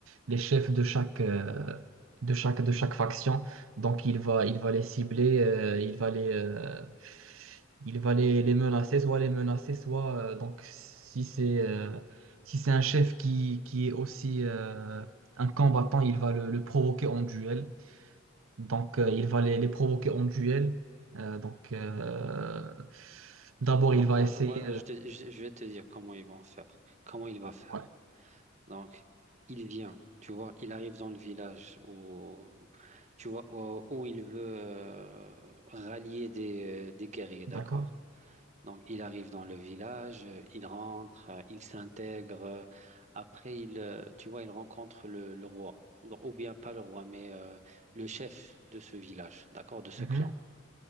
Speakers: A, on the right; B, on the right.
A: les chefs de chaque, euh, de chaque, de chaque faction. Donc, il va, il va les cibler, euh, il va les, euh, il va les, les menacer, soit les menacer, soit, euh, donc, si c'est, euh, si c'est un chef qui, qui est aussi, euh, un combattant, il va le, le provoquer en duel. Donc, euh, il va les, les provoquer en duel. Euh, donc, euh, d'abord,
B: Donc
A: il va
B: voilà,
A: essayer.
B: voilà,
A: euh,
B: je, te- je- je vais te dire comment ils vont faire, comment il va faire.
A: ouais,
B: Donc, il vient, tu vois, il arrive dans le village où, tu vois, où, où il veut euh, rallier des, euh, des guerriers, d'accord?
A: d'accord.
B: Donc, il arrive dans le village, euh, il rentre, euh, il s'intègre. euh, Après, il, euh, tu vois, il rencontre le, le roi, Donc, ou bien pas le roi, mais euh, le chef de ce village, d'accord, de ce
A: Mhm.
B: clan.